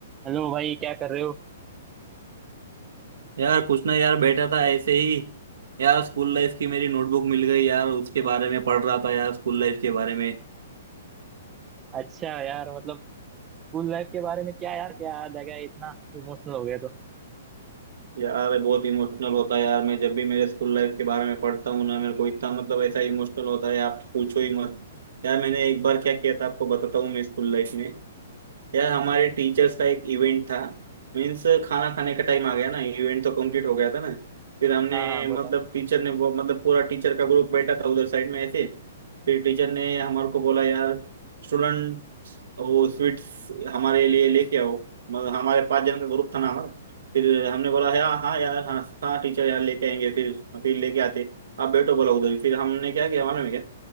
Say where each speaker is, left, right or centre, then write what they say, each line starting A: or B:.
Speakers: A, on the right; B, on the right.
A: Hello भाई क्या कर रहे हो
B: यार कुछ ना यार बैठा था ऐसे ही यार स्कूल लाइफ की मेरी नोटबुक मिल गई यार उसके बारे में पढ़ रहा था यार स्कूल लाइफ के बारे में
A: अच्छा यार मतलब स्कूल लाइफ के बारे में क्या यार क्या याद आ गया इतना इमोशनल हो गया तो
B: यार मैं बहुत इमोशनल होता है यार मैं जब भी मेरे स्कूल लाइफ के बारे में पढ़ता हूँ ना मेरे को इतना मतलब ऐसा इमोशनल होता है आप पूछो ही मत यार मैंने एक बार क्या किया था आपको बताता हूँ मैं स्कूल लाइफ में यार हमारे टीचर्स का एक इवेंट था मीन्स खाना खाने का टाइम आ गया ना इवेंट तो कंप्लीट हो गया था ना फिर हमने
A: हाँ हाँ बताओ
B: मतलब टीचर ने वो मतलब पूरा टीचर का ग्रुप बैठा था उधर साइड में ऐसे फिर टीचर ने हमारे को बोला यार स्टूडेंट तो वो स्वीट्स हमारे लिए लेके आओ मगर हमारे पाँच जन का ग्रुप था ना हमारा फिर हमने बोला यार हाँ यार हाँ हाँ टीचर यार लेके आएंगे फिर फिर लेके आते आप बैठो बोला उधर ही। फिर हमने क्या किया मालूम है क्या